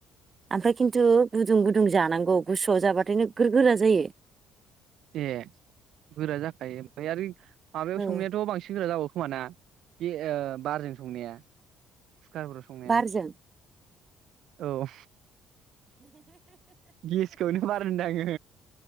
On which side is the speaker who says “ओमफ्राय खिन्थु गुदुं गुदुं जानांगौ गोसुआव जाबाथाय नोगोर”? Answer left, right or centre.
Right